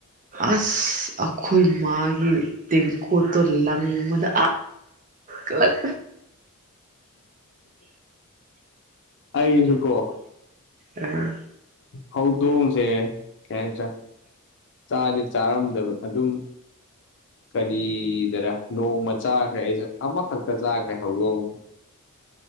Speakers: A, on the right; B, on the left.
A: ꯑꯁ ꯑꯩꯈꯣꯏ ꯃꯥꯒꯤ ꯇꯦꯟꯒꯣꯠꯇꯣ ꯂꯪꯕꯗ ꯀꯂꯛ
B: ꯑꯩꯁꯨ ꯀꯣ
A: ꯑꯥ
B: ꯍꯧꯗꯣꯡ ꯁꯦ ꯀꯩ ꯍꯥꯏꯇꯥꯔꯦ ꯆꯥꯗꯤ ꯆꯥꯔꯝꯗꯕ ꯑꯗꯨꯝ ꯀꯔꯤꯗꯔ ꯅꯣꯡꯃ ꯆꯥꯈ꯭ꯔꯦ ꯑꯩꯁꯨ ꯑꯃꯈꯛꯇ ꯆꯥꯈ꯭ꯔꯦ ꯍꯧꯗꯣꯡꯁꯦ